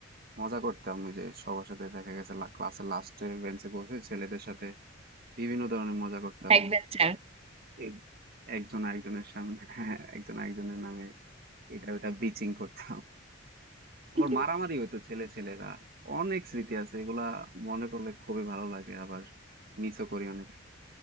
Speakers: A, on the right; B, on the right.
A: মজা করতাম ওই যে সবার সাথে দেখা গেছে ক্লাসের লাস্টের বেঞ্চে বসে ছেলেদের সাথে বিভিন্ন ধরনের মজা করতাম
B: ব্যাক বেঞ্চার
A: এক- একজন আরেকজনের সামনে <laughs> একজন আরেকজনের নামে এটা ওটা বিচিং করতাম আবার
B: <laughs>
A: মারামারি হইতো ছেলে ছেলেরা অনেক স্মৃতি আছে এগুলা মনে করলে খুবই ভালো লাগে আবার মিসও করি অনেক